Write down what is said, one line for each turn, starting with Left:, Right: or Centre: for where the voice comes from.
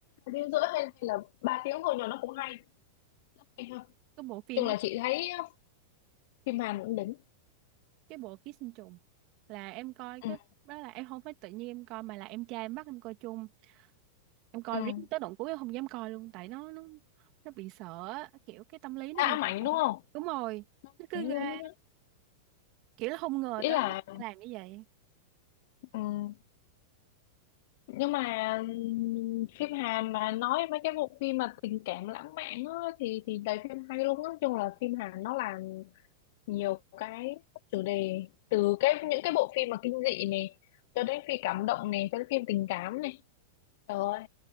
Left: hai tiếng rưỡi hay, hay là ba tiếng thôi nhưng mà nó cũng hay hay hơn Nói
Right: cái bộ phim
Left: chung
Right: á
Left: là chị thấy uh, phim Hàn cũng đỉnh
Right: cái bộ ký sinh trùng là em coi cái
Left: ừ,
Right: đó là em không phải tự nhiên em coi mà là em trai em bắt em coi chung em coi
Left: ừ.
Right: riết tới đoạn cuối em không dám coi luôn tại nó nó nó bị sợ á, kiểu cái tâm lý nó
Left: À,
Right: bị
Left: Mạnh
Right: sợ
Left: đúng không
Right: đúng rồi nó cứ
Left: Mạnh
Right: ghê
Left: luôn đó.
Right: kiểu là không ngờ
Left: ý
Right: tới
Left: là
Right: người ta làm như vậy
Left: ừ. nhưng mà ừm, phim Hàn mà nói mấy cái bộ phim mà tình cảm lãng mạn á, thì thì đầy phim hay luôn á. Nói chung là phim Hàn nó làm nhiều cái chủ đề từ cái những cái bộ phim mà kinh dị này cho đến phim cảm động này cho đến phim tình cảm này trời ơi